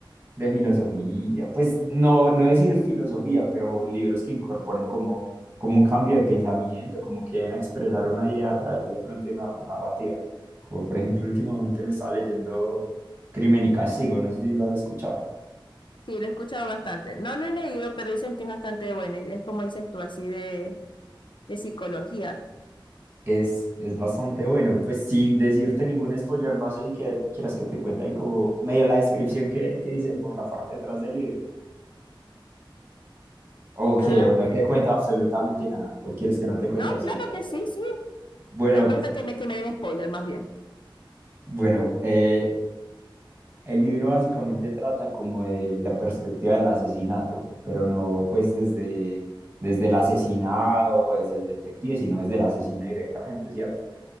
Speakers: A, on the right; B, on the left.
A: de filosofía. Pues no, no decir filosofía, pero libros que incorporen como, como un cambio de pensamiento, como que den a expresar una idea a través de pronto de una narrativa. Como por ejemplo, últimamente me estaba leyendo Crimen y Castigo, no sé si lo has escuchado.
B: Sí, lo he escuchado bastante. No lo he leído, pero dicen que es bastante bueno. y Es como dices tú, así de, de psicología.
A: Es, es bastante bueno, pues sin decirte ningún spoiler, no sé si que- quieras que te cuente ahí como medio la descripción que, que dice por la parte detrás del libro. O
B: Ah,
A: que o
B: ok.
A: no te cuento absolutamente nada, o quieres que no te cuente
B: No,
A: absolutamente
B: claro que sí,
A: nada.
B: sí.
A: Bueno,
B: A mí me gusta que me, que me den spoiler más bien.
A: bueno, eh, el libro básicamente trata como de la perspectiva del asesinato, pero no pues desde, desde el asesinado, desde el detective, sino desde el asesino directamente, ¿cierto?